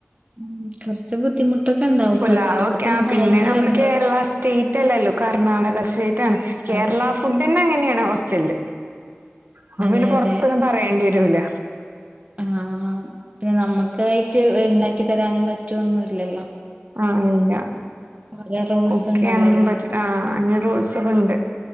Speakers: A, on the right; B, on the right.
A: മ്മ് കൊർച്ച് ബുദ്ധിമുട്ടൊക്കെണ്ടാവും
B: പുലാവൊക്കെ
A: ഫസ്റ്റ് ഒക്കപിന്നെ
B: ആ പിന്നെ
A: തയഞ്ഞ്
B: നമ്മള്
A: വര്ണ്ടി
B: കേരള
A: വരും.
B: സ്റ്റേറ്റ് അല്ലല്ലോ കർണാടക സ്റ്റേറ്റാണ് കേരള
A: അതെ
B: ഫുഡ്ന്നെ അങ്ങനെയാണ് ഹോസ്റ്റല്ല് അപ്പൊ
A: അതെ
B: പിന്നെ പൊറത്തൊന്നും
A: അതെ
B: പറയേണ്ടി വരൂല.
A: ആഹ് പിന്നെ നമ്മുക്കായിട്ട് ഇണ്ടാക്കി തരാനും പറ്റൊന്നുല്ലല്ലോ
B: ആഹ് ഇല്ല
A: ഓരോ റൂൾസ്
B: കുക്കെയ്യാനൊന്നും
A: ഉണ്ടാവല്ലോ
B: പറ്റില്ല ആഹ് അങ്ങനെ റോൾസൊക്കെഇണ്ട്